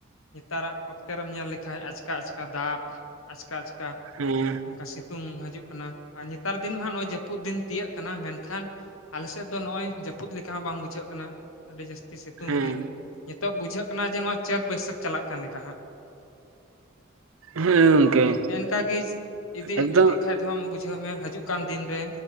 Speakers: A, on the left (about 75°); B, on the right (about 80°).
A: ᱱᱮᱛᱟᱨᱟᱜ ᱚᱠᱛᱮ ᱨᱮᱢ ᱧᱮᱞ ᱞᱮᱠᱷᱟᱡ ᱟᱪᱠᱟ ᱟᱪᱠᱟ ᱫᱟᱜ ᱟᱪᱠᱟ ᱟᱪᱠᱟ
B: ᱦᱮᱸ᱾
A: ᱱᱚᱝᱠᱟ ᱥᱤᱛᱩᱝ ᱦᱟᱹᱡᱩᱜ ᱠᱟᱱᱟ ᱟᱨ ᱱᱮᱛᱟᱨ ᱫᱤᱱ ᱢᱟᱦᱟᱸᱜ ᱚᱸᱜᱼᱚᱭ ᱡᱟᱹᱯᱩᱫ ᱫᱤᱱ ᱛᱤᱭᱟᱹᱜ ᱠᱟᱱᱟ, ᱢᱮᱱᱠᱷᱟᱱ ᱟᱞᱮᱥᱮᱫ ᱫᱚ ᱱᱚᱜᱼᱚᱭ ᱡᱟᱹᱯᱩᱫ ᱞᱮᱠᱟ ᱦᱚᱸ ᱵᱟᱝ ᱵᱩᱡᱷᱟᱹᱜ ᱠᱟᱱᱟ᱾ ᱟᱹᱰᱤ ᱡᱟᱹᱥᱛᱤ ᱥᱤᱛᱩᱝ
B: ᱦᱮᱸ
A: ᱜᱮ ᱱᱤᱛᱚᱜ ᱵᱩᱡᱷᱟᱹᱜ ᱠᱟᱱᱟ ᱡᱮ ᱱᱚᱣᱟ ᱪᱟᱹᱛ ᱵᱟᱹᱭᱥᱟᱹᱠᱷ ᱪᱟᱞᱟᱜ ᱠᱟᱱ ᱞᱮᱠᱟ ᱦᱟᱸᱜ᱾
B: ᱦᱮᱸ ᱜᱚᱝᱠᱮ
A: ᱛᱚ ᱮᱱᱠᱟ ᱜᱮᱤᱡ ᱤᱫᱤ
B: ᱮᱠᱫᱚᱢ
A: ᱤᱫᱤᱜ ᱠᱷᱟᱡ ᱵᱩᱡᱷᱟᱹᱣ ᱢᱮ ᱦᱟᱹᱡᱩᱜ ᱠᱟᱱ ᱫᱤᱱ ᱨᱮ